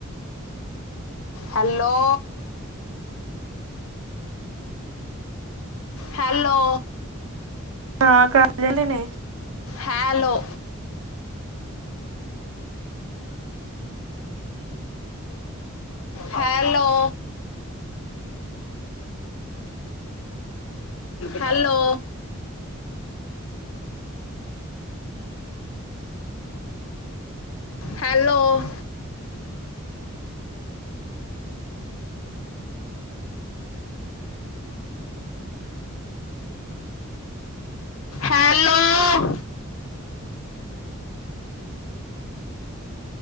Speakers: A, on the left; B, on the right.
A: ਹੈਲੋ ਹੈਲੋ
B: ਹਾਂ ਕਰਦੇ ਨੇ
A: hello hello <inaudible> hello hello hello